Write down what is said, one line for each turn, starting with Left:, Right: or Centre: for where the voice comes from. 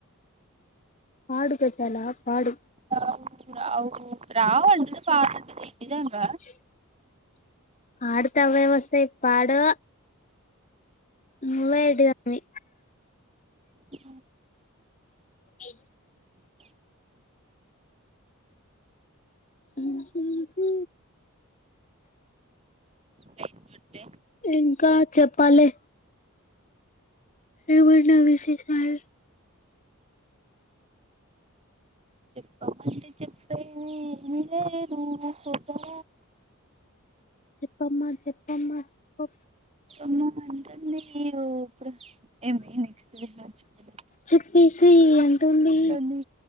Left: పాడుగాజాల పాడు
Right: రావు రావు రావు అంటే పాడమంటుంది ఇది ఏంది
Left: చ్ పాడుతే ఆవే వస్తాయి పాడు నువ్వే ఎడ్డి తప్పవి
Right: ఉ
Left: ఓ
Right: హా
Left: ఉ ఉ ఊ
Right: పైన రొట్టె
Left: ఇంకా చెప్పాలే ఏమన్న విశేషాలు హమ్
Right: చెప్పమంటే చెప్పేది ఏమీ లేదు సోదర
Left: చెప్పమ్మా చెప్పమ్మా పొ
Right: అమో అంటుంది అయ్యో ఇపుడు ఏమో నెక్స్ట్ ది మర్చిపోయిన
Left: చెప్పేసెయ్ అంటుంది
Right: తను